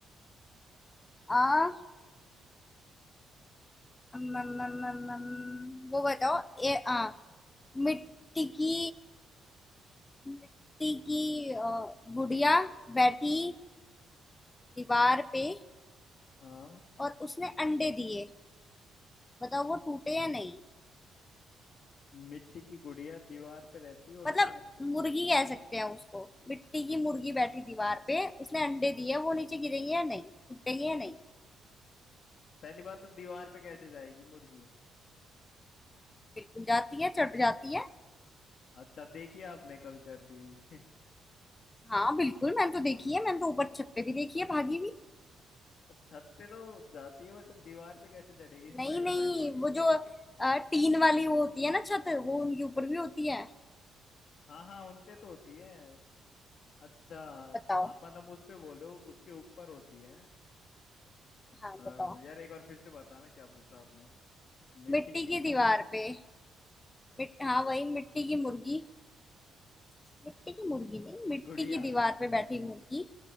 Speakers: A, on the left; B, on the left.
A: आ अम, अम, अम, अम, अम, वो बताओ ए आ मिट्टी की मिट्टी की अ, गुड़िया
B: कुछ
A: बैठी दीवार पे
B: हाँ
A: और उसने अंडे दिए बताओ वो टूटे या नहीं
B: मिट्टी की गुड़िया दीवार पे रहती है और
A: मतलब
B: उसने अंडे
A: मुर्गी
B: दिए
A: कह सकते हैं उसको मिट्टी की मुर्गी बैठी दीवार पे उसने अंडे दिए वो नीचे गिरेगी या नहीं टूटेगी या नहीं
B: पहली बात तो दीवार पे कैसे जाएगी मुर्गी
A: बिल्कुल जाती है चढ़ जाती है
B: अच्छा देखिए आपने कभी चढ़ती हुई
A: हाँ बिल्कुल
B: <laughs>
A: मैंने तो देखी है मैंने तो ऊपर छत पे भी देखी है भागी हुई
B: छत पे तो जाती है बट दीवार पे कैसे चढ़ेगी
A: नहीं
B: स्पाइडरमैन
A: नहीं
B: थोड़ी है
A: वो
B: वो
A: जो अ, टीन वाली वो होती है ना छत वो उनके ऊपर भी होती है
B: हाँ हाँ उनपे तो होती है अच्छा
A: बताओ
B: आप मतलब उस पे बोले हो उसके ऊपर होती है
A: हाँ
B: हाँ
A: बताओ
B: यार एक बार फिर से बताना क्या पूछा आपने मिट्टी
A: मिट्टी
B: की
A: की
B: मुर्गी
A: दीवार पे मिट, हाँ वही मिट्टी की मुर्गी मिट्टी की मुर्गी नहीं मिट्टी
B: गुड़िया
A: की दीवार पे बैठी मुर्गी